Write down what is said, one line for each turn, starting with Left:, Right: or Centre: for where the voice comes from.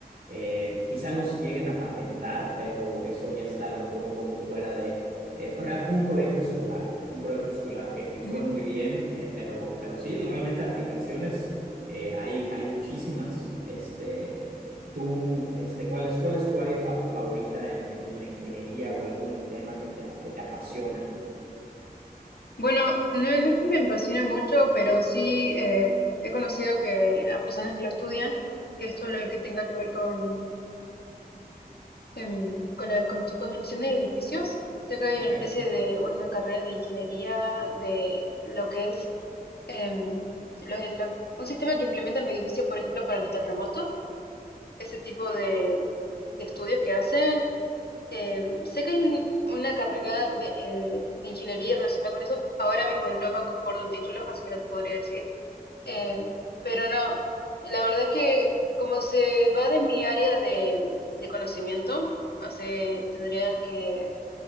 Right: Eh, quizá nos lleguen a patentar, pero eso ya está a lo mejor un poco fuera de... eh, pues, real- fue un proyecto escolar, un proyecto escolar que, que fue
Left: Ujú.
Right: muy bien, eh, pero, pero sí, realmente aplicaciones eh, hay, hay muchísimas. Este, tú, este, ¿cuál es, cuál es tu área fa- favorita en, en, en la ingeniería o algún tema que te, que te apasione?
Left: Bueno, no, no es que me apasiona mucho, pero sí eh, he conocido que a personas que lo estudian, que esto lo que tenga que ver con, em, con la constru- construcción de edificios. Sé que hay
Right: Ok.
Left: una especie de una carrera de ingeniería de lo que es em, lo- lo- un sistema que implementan los edificios, por ejemplo, para los terremotos, ese tipo de, de estudios que hacen Eh, sé que hay un- una carrera de, eh, de ingeniería relacionada con eso. Ahora mismo no me acuerdo el título, así que no te podría decir. Eh, pero no, la verdad es que como se va de mi área de, de conocimiento, o sea, tendría que